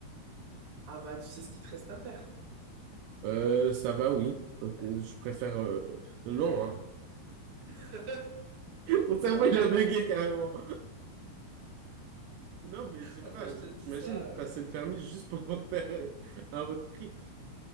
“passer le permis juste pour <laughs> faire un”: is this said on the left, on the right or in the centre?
Right